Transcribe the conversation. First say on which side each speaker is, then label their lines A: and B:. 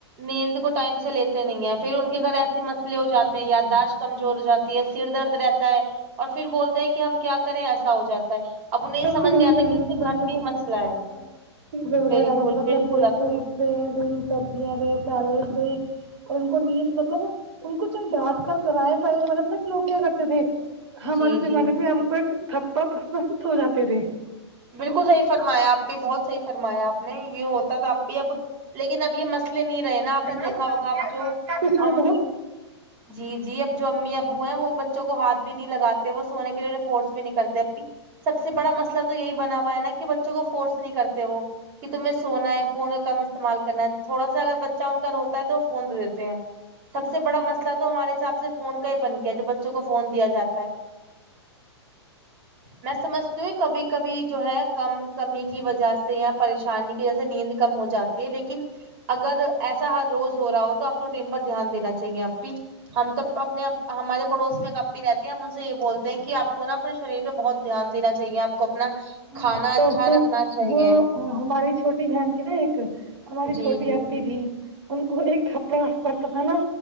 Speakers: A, on the right; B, on the right.
A: نیند کو ٹائم سے لیتے
B: بات
A: نہیں ہیں
B: ساری
A: پھر ان کے گھر
B: ہے اب
A: ایسے
B: ہم
A: مسئلے
B: کچھ
A: ہو
B: کہہ
A: جاتے
B: بھی نہیں
A: ہیں یاداشت
B: سکتے
A: کمزور ہو جاتی ہے سر درد رہتا ہے اور پھر بولتے ہیں کہ ہم کیا کریں ایسا ہو جاتا ہے اب انہیں
B: تو
A: سمجھ
B: یہ
A: نہیں
B: ہی
A: آتا
B: کہیں گے
A: ان کے
B: کہ بچوں
A: گھر میں ہی
B: کو
A: مسئلہ
B: فون کم
A: ہے
B: چیز وغیر
A: بالکل
B: مطلب
A: بالکل اپی
B: فروٹس دے ہری سبزیا دے سلاد دے اور ان کو نیند مطلب ان کو چند ڈھانٹ کر کراائے پہلے زمانہ تھا کہ لوگ کیا کرتے تھے ہمارے
A: جی
B: زمانے
A: جی
B: میں ہم کو ایک تھپا ہو <unintelligible> جاتے تھے
A: بالکل صحیح فرمایا آپی بہت صحیح فرمایا آپ نے یہ ہوتا تھا آپی اب لیکن اب یہ اس لیے نہیں رہے نا آپ
B: ہے
A: نے دیکھا ہوگا
B: بھی
A: آپ جو
B: کیا سوت
A: امی
B: ہو
A: جی جی اب جو امی ابو ہیں وہ بچوں کو ہاتھ بھی نہیں لگاتے وہ سونے کے لیے فورس بھی نہیں کرتے اپی سب سے بڑا مسئلہ تو یہی بنا ہوا ہے نا کہ بچوں کو فورس نہیں کرتے وہ کہ تمہیں سونا ہے فون کا کم استعمال کرنا ہے تھوڑا سا اگر بچہ ان کا روتا ہے تو وہ فون دے دیتے ہیں سب سے بڑا مسئلہ تو ہمارے حساب سے فون کا ہی بن گیا ہے جو بچوں کو فون دیا جاتا ہے میں سمجھتی ہوں کبھی کبھی جو ہے کم کمی کی وجہ سے یا پریشانی کی وجہ سے نیند کم ہو جاتی ہے لیکن اگر ایسا ہر روز ہو رہا ہو تو آپ کو روٹین پر دھیان دینا چاہیے آپ ہم تو اپنے ہمارے پڑوس میں اپی رہتی ہیں ہم ان سے یہ بولتے ہیں کہ آپ کو نا نے شریر پہ بہت دھیان دین چاہیے کو اپنا
B: ہمارے
A: کھانا اچھا
B: تو
A: رکھنا چاہیے
B: جو ہماری چھوٹی بہن تھی نا ایک ہماری
A: جی
B: چھوٹی
A: جی
B: آپی تھی ان کو ایک ھپا پڑتا تھا نا